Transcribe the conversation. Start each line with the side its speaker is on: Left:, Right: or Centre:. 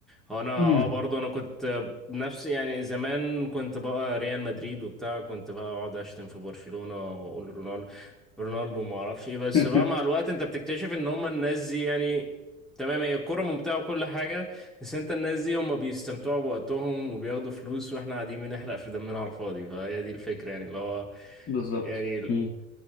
Centre: هو أنا اه
Left: مم.
Centre: برضه أنا كنت نفسي يعني زمان كنت بقى ريال مدريد وبتاع كنت بقى أقعد أشتم في برشلونة وأقول رونالدو رونالدو ما أعرفش إيه بس
Left: <laughs>
Centre: بقى مع الوقت أنت بتكتشف إن هما الناس دي يعني تمام هي الكرة ممتعة وكل حاجة بس أنت الناس دي هما بيستمتعوا بوقتهم وبياخدوا فلوس وإحنا قاعدين بنحرق في دمنا على الفاضي فهي دي الفكرة يعني اللي هو
Left: بالظبط
Centre: يعني
Left: مم.